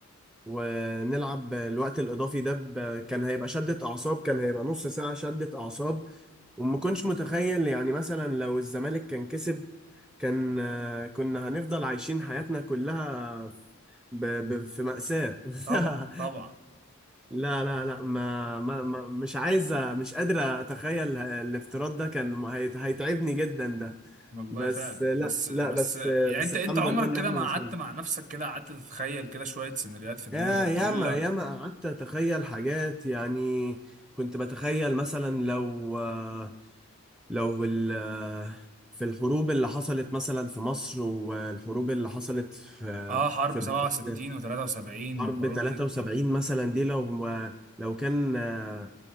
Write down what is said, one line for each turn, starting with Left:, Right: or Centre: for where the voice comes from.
Centre: ونلعب الوقت الإضافي ده ب... كان هيبقى شدة أعصاب كان هيبقى نص ساعة شدة أعصاب وما كنتش متخيل يعني مثلا لو الزمالك كان كسب كان آه، كنا هنفضل عايشين حياتنا كلها ب... ب... في مأساة
Right: طبعا
Centre: <laughs>
Right: طبعا
Centre: لا لا لا ما, ما, ما مش عايزة مش قادرة أتخيل الافتراض ده كان هيت- هيتعبني جدا ده
Right: والله
Centre: بس
Right: فعلا
Centre: آه، لا
Right: بس
Centre: لا
Right: بس
Centre: بس آه،
Right: يعني
Centre: بس
Right: انت
Centre: الحمد
Right: انت عمرك
Centre: لله إن
Right: كده
Centre: إحنا
Right: ما
Centre: وصلنا
Right: قعدت مع نفسك كده قعدت تتخيل كده شويه سيناريوهات في دماغك
Centre: يا ياما
Right: تقول لك
Centre: ياما قعدت أتخيل حاجات يعني كنت بتخيل مثلا لو آه، لو ال في الحروب اللي حصلت مثلا في مصر والحروب اللي حصلت في
Right: اه حرب
Centre: في
Right: 67
Centre: بلاد
Right: و73
Centre: حرب
Right: والحروب
Centre: 73
Right: دي
Centre: مثلا دي لو لو كان آه،